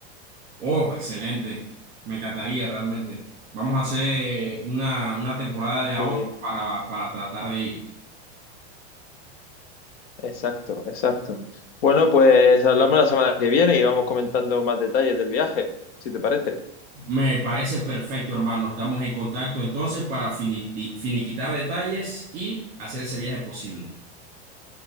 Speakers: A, on the right; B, on the left.
A: Oh, excelente. Me encantaría realmente. Vamos a hacer una, una temporada de
B: Qué
A: ahorro
B: bien.
A: para, para tratar de ir.
B: Exacto, exacto. Bueno, pues hablamos la semana que viene y vamos comentando más detalles del viaje, si te parece.
A: Me parece perfecto, hermano. Estamos en contacto entonces para finiti- finiquitar detalles y hacer ese viaje posible.